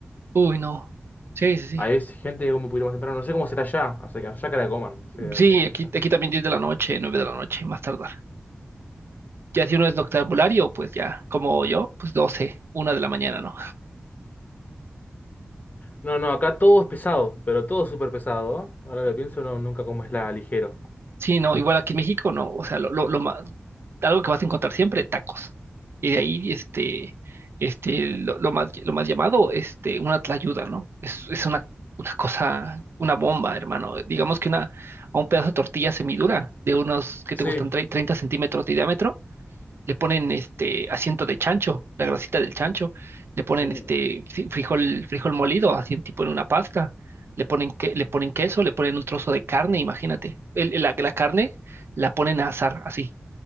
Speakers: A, on the right (about 70°); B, on the left (about 40°).
A: Uy, no. Sí, sí, sí.
B: Ahí es gente que come un poquito más temprano. No sé cómo será allá. O sea, que allá que la coman. No sé qué
A: Sí,
B: la
A: aquí,
B: allá.
A: aquí también 10 de la noche, 9 de la noche, más tardar. Ya si uno es noctambulario, pues ya, como yo, pues doce, una de la mañana, ¿no?
B: No, no, acá todo es pesado, pero todo es súper pesado. ¿eh? Ahora lo pienso, no, nunca comes la ligero.
A: Sí, no, igual aquí en México, no, o sea, lo, lo, lo ma- algo que vas a encontrar siempre, tacos. Y de ahí, este, este, lo, lo más, lo más llamado, este, una tlayuda, ¿no? Es, es una, una cosa, una bomba, hermano. Digamos que una, a un pedazo de tortilla semidura de unos, que
B: Sí.
A: te gustan? Tre- 30 centímetros de diámetro, le ponen este asiento de chancho, la grasita del chancho, le ponen
B: Uy.
A: este fi- frijol, frijol molido, así en tipo en una pasta, le ponen que, le ponen queso, le ponen un trozo de carne, imagínate. El- el- la, la carne la ponen a asar, así,